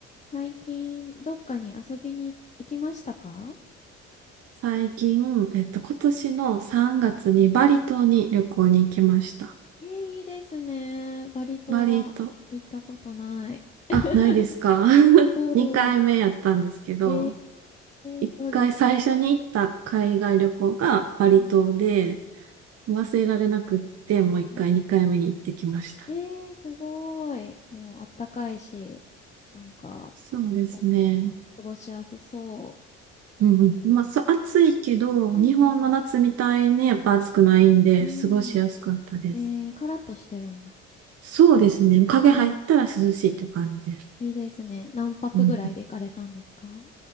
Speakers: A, on the left (about 20°); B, on the right (about 45°).
A: 最近、どっかに遊びに行きましたか
B: 最近、えっと、今年の3月にバリ島に旅行に行きました。
A: えー、いいですね。バリ島は行ったことない。
B: バリ島、
A: <laughs>
B: あ、ないですか
A: うん。
B: 2回目 <laughs> やったんですけど、
A: え
B: 1回最初に行った海外旅行がバリ島で、
A: ー、どうでしたうん
B: 忘れられなくって、もう1回2回目に行ってきました。
A: うんえー、すごい。もうあったかいし、なんか、
B: そうですね。
A: お過ごしやすそ
B: うんうん。まあ、そう、暑いけど、
A: う。
B: 日本の夏みたいにやっぱ暑くないんで、
A: うん。うん。
B: 過ごしやすかったです。
A: えー、カラッとしてるんだ。
B: そうですね。影入ったら涼しいって感じです。
A: えーいいですね。何泊ぐらいで行かれたんですか
B: うん